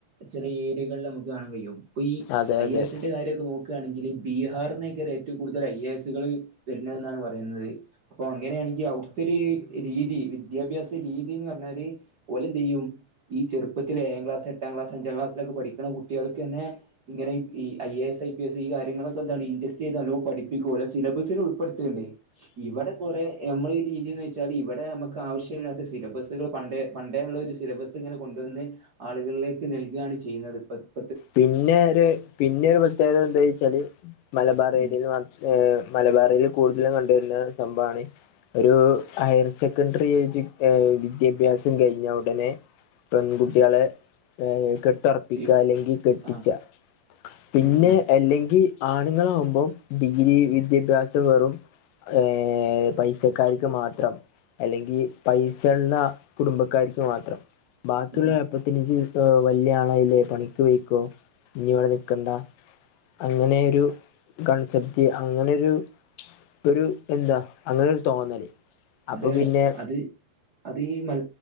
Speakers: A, on the right (about 55°); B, on the left (about 80°).
A: ചെലേ ഏരിയകളിൽ നമ്മക്ക് കാണാൻ കഴിയും ഇപ്പൊ ഈ
B: അതെ
A: ഐ
B: അതെ
A: എ സ്സിന്റെ കാര്യമൊക്കെ നോക്കാണെങ്കില് ബീഹാറിന്നെക്കാണ് ഏറ്റവും കൂടുതൽ ഐ എ സ്സുകള് വര്ന്നതെന്നാണ് പറയുന്നത് അപ്പൊ അങ്ങനെണെങ്കിൽ ഔട്ത്തൊര് രീതി, വിദ്യാഭ്യാസ രീതിന്ന് പറഞ്ഞാല് ഓലെന്തെയ്യും ഈ ചെറുപ്പത്തിൽ ഏഴാം ക്ലാസ്, എട്ടാം ക്ലാസ്, അഞ്ചാം ക്ലാസിലൊക്കെ പഠിക്ക്‌ണെ കുട്ട്യാൾക്കെന്നെ ഇങ്ങനെ ഈ I A S, I P S ഈ കാര്യങ്ങളൊക്കെ എന്താണ് ഇൻചെക്ട് ചെയ്ത് നല്ലോം പഠിപ്പിക്കും ഓലെ സിലബസിൽ ഉൾ പ്പെട്ത്ത്ണ്ട് ഇവിടെ കൊറേ നമ്മളെ രീതിന്ന് വെച്ചാൽ ഇവടെ നമുക്ക് ആവശ്യമില്ലാത്ത സിലബസുകൾ പണ്ടേ പണ്ടേള്ളൊരു സിലബസ് ഇങ്ങനെ കൊണ്ടുവന്ന് ആളുകളിലേക്ക് നൽകുകാണ് ചെയ്യുന്നത് പ്പൊ
B: പിന്നെ ര് പിന്നെ ഒര് പ്രത്യേകത എന്താ വെച്ചാല് മലബാർ
A: ഉം
B: ഏരിയയിൽ മാത്രം ഏഹ് മലബാറേരിയയിൽ കൂടുതൽ കണ്ട് വരുന്ന സംഭവാണ് ഒരു ഹയർ സെക്കൻഡറി ഏജു വിദ്യാഭ്യാസം കഴിഞ്ഞാ ഉടനെ പെങ്കുട്ട്യാളെ
A: ഉം
B: കെട്ടൊർപ്പിക്ക
A: ഇവ
B: അല്ലെങ്കിൽ ട്ടിച്ചാ
A: ആഹ്
B: പിന്നെ
A: ഉം ഉം
B: അല്ലെങ്കിൽ ആണ്ങ്ങളാകുമ്പോ ഡിഗ്രി വിദ്യാഭ്യാസം വെറും ഏഹ് പൈസക്കാർക്ക് മാത്രം അല്ലെങ്കി പൈസള്ള കുടുംബക്കാർക്ക് മാത്രം ബാക്കിള്ള
A: ഉം
B: <unintelligible> വല്ല്യേ ആളായിലെ പണിക്ക് പോയ്‌ക്കോ ഞ്ഞിവടെ നിക്കണ്ട അങ്ങനെരു കൺസെപ്റ്റ് അങ്ങനെരു ഒരു എന്താ അങ്ങനെരു തോന്നൽ അപ്പൊ
A: അതെ അതെ
B: പിന്നെ
A: അത് അത് ഈ മൽ